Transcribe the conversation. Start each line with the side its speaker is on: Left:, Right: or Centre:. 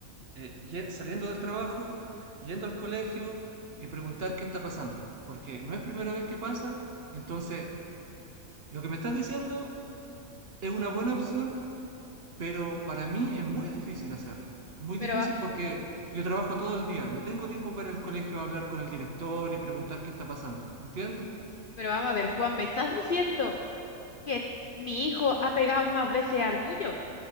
Right: eh, ye- saliendo del trabajo, yendo al colegio y preguntar qué está pasando, porque no es primera vez que pasa, entonces lo que me estás diciendo es una buena opción pero para mí es muy difícil hacerlo. Muy
Left: Pero,
Right: difícil porque yo trabajo todo el día, no tengo tiempo para ir al colegio a hablar con el director y preguntar qué está pasando, ¿entiendes?
Left: pero vamos a ver, Juan, me estás diciendo que mi hijo ha pegado más veces al tuyo.